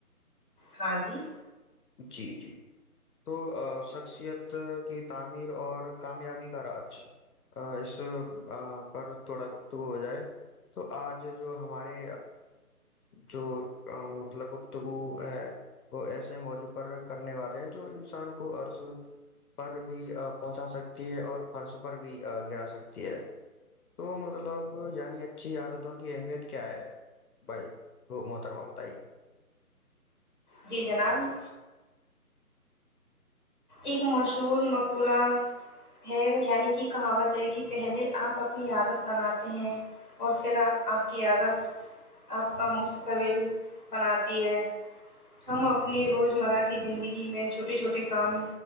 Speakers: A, on the left; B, on the left.
A: ہاں جی
B: جی جی تو شخصیت کی تعمیر اور کامیابی کا راج اس پر تھوڑا گفتگو ہو جائے تو آج جو ہمارے جو مطلب گفتگو ہے وہ ایس سے موجو پر کرنے والے ہیں جو انسان کو عرض پر بھی پہنچا سکتی ہے اور فرض پر بھی گرا سکتی ہے تو مطلب یعنی اچھی عادتوں کی اہمیت کیا ہے بھائی محترمہ بتائیے
A: جی جناب ایک مشہور مقولہ ہے یعنی کہ کہاوت ہے کہ پہلے آپ اپنی عادت بناتے ہیں اور پھر آپ کی عادت آپ کا مستقبل بناتی ہے ہم اپنی روزمرہ کی زندگی میں چھوٹے چھوٹے کام